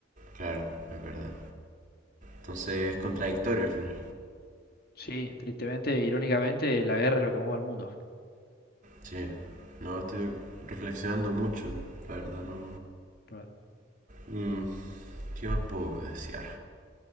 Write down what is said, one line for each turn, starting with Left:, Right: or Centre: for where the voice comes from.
Right: claro, es verdad. Entonces es contradictorio al final.
Left: Sí, tristemente, irónicamente, la guerra es lo que mueve al mundo.
Right: Sí. No, estoy reflexionando mucho, la verdad, no.
Left: Claro,
Right: Mm, ¿Qué más puedo desear?